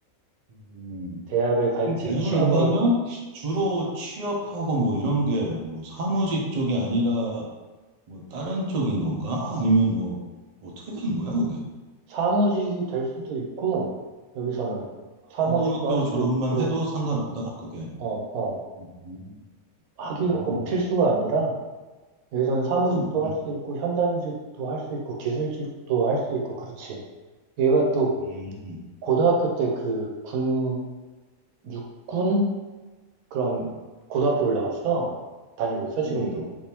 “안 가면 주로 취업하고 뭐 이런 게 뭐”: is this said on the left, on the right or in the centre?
Right